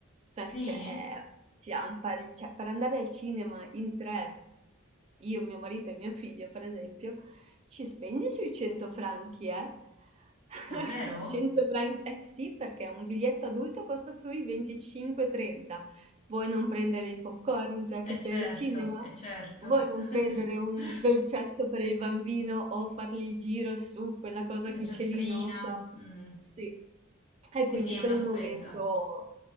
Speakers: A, on the right; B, on the left.
A: perché
B: Sì?
A: siamo pari- cioè, per andare al cinema in tre, io, mio marito e mio figlio, per esempio, ci spegni sui 100 franchi, eh? <laughs>
B: Davvero?
A: 100 franchi, eh sì, perché un biglietto adulto costa sui 25-30. Vuoi non prendere il popcorn già che
B: E
A: sei
B: certo,
A: al cinema?
B: e certo.
A: Vuoi non
B: <laughs>
A: prendere un dolcetto per il bambino o fargli il giro su quella cosa
B: La
A: che
B: giostrina,
A: c'è lì? Non lo so.
B: mm.
A: Sì. E
B: Sì,
A: quindi
B: sì, è
A: per
B: una
A: il
B: spesa,
A: momento,